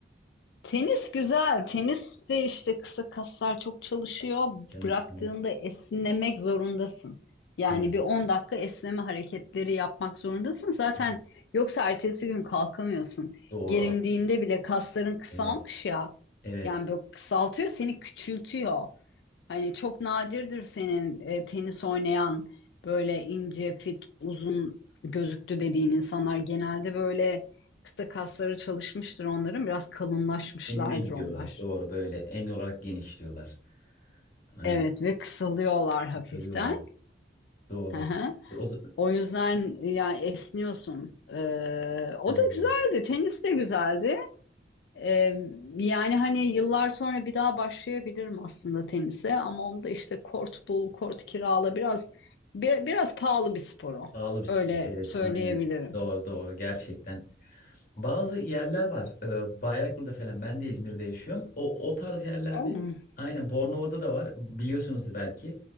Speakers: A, on the left; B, on the left.
A: Tenis güzel. Tenis de işte kısa kaslar çok çalışıyor.
B: Çalışmıyor.
A: Bıraktığında esnemek zorundasın. Yani
B: Evet.
A: bir 10 dakika esneme hareketleri yapmak zorundasın. Zaten
B: Evet.
A: yoksa ertesi gün kalkamıyorsun.
B: Doğru.
A: Gerindiğinde
B: Aa,
A: bile kasların kısalmış
B: Evet.
A: ya.
B: Evet.
A: Yani böyle kısaltıyor seni küçültüyor. Hani çok nadirdir senin e, tenis oynayan böyle ince, fit, uzun gözüktü dediğin insanlar. Genelde böyle kısa kasları çalışmıştır onların. Biraz kalınlaşmışlardır
B: Enine gidiyorlar.
A: onlar.
B: Doğru böyle. En olarak genişliyorlar. Aynen.
A: Evet ve kısalıyorlar hafiften.
B: Kısalıyorlar. Doğru.
A: Hı hı.
B: O, z-
A: O yüzden yani esniyorsun. Ee, o
B: Ha,
A: da güzeldi. Tenis de güzeldi. Ee, yani hani yıllar sonra bir daha başlayabilirim aslında tenise ama onda işte kort bul, kort kirala biraz bir- biraz pahalı bir spor o.
B: pahalı bir spor.
A: Öyle
B: Evet.
A: söyleyebilirim.
B: Aynen. Doğru doğru. Gerçekten Bazı yerler var. Ee, Bayraklı'da falan. Ben de İzmir'de yaşıyorum. O, o tarz yerlerde
A: Ama-
B: aynen Bornova'da da var. Biliyorsunuzdur belki.